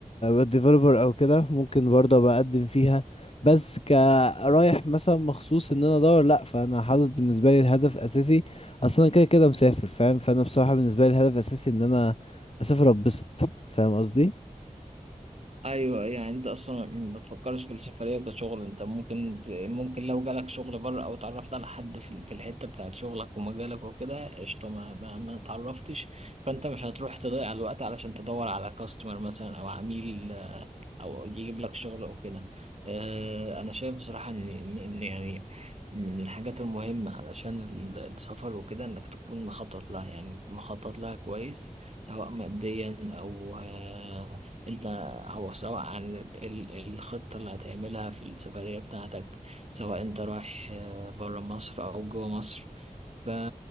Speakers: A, on the left; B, on the right.
A: ديفلوبر او كده ممكن برضه بقدم فيها بس كرايح مثلا مخصوص ان انا ادور لا فانا حاطط بالنسبه لي الهدف اساسي اصلا كده كده مسافر فاهم فانا بصراحه بالنسبه لي الهدف اساسي ان انا اسافر اتبسط فاهم قصدي
B: ايوه يعني انت اصلا ما بتفكرش في السفريه كشغل انت ممكن ت- ممكن لو جالك شغل بره او اتعرفت على حد في ال- في الحته بتاعت شغلك ومجالك وكده قشطه ما ما ما اتعرفتش فانت مش هتروح تضيع الوقت علشان تدور على كاستمر مثلا او عميل آه، او يجيب لك شغل او كده آه، انا شايف بصراحه ان ان إن يعني من الحاجات المهمه علشان ال- السفر وكده انك تكون مخطط لها يعني مخطط لها كويس سواء ماديا او آه، انت أو سواء عن ال- ال- الخطة اللي هتعملها في السفرية بتاعتك سواء أنت رايح آه، برا مصر أو جوا مصر ف